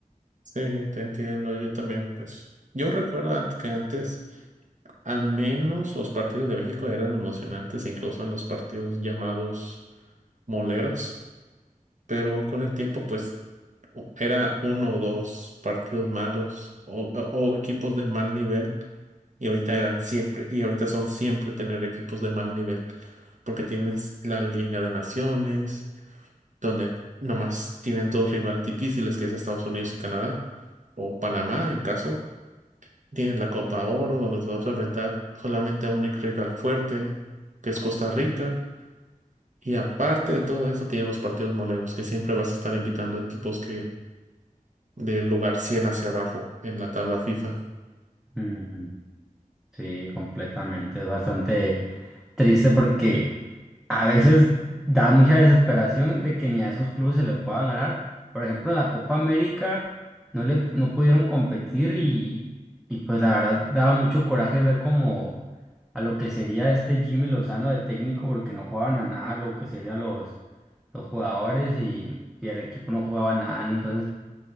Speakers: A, on the right; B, in the centre.
A: Sí, te entiendo, yo también, pues yo recuerdo antes que antes al menos los partidos de México eran emocionantes, incluso en los partidos llamados moleros, pero con el tiempo pues o- era uno o dos partidos malos o, o- o equipos de mal nivel y ahorita eran siempre, y ahorita son siempre tener equipos de mal nivel, porque tienes la Liga de Naciones, donde nomás tienen dos rivales difíciles, que es Estados Unidos y Canadá, o Panamá en caso, tienes la Copa Oro, donde te vas a enfrentar solamente a un ex rival fuerte, que es Costa Rica. Y aparte de todo eso, tienen los partidos moleros, que siempre vas a estar invitando a equipos que del lugar 100 hacia abajo en la tabla FIFA.
B: Ujú. Sí, completamente. Es bastante triste porque a veces da mucha desesperación de que ni a esos clubes se le pueda ganar. Por ejemplo, en la Copa América no le no pudieron competir y, y pues la verdad daba mucho coraje ver como a lo que sería este Jimmy Lozano de técnico porque no jugaban a nada, lo que serían los, los jugadores y, y el equipo no jugaba nada, ¿no? Entonces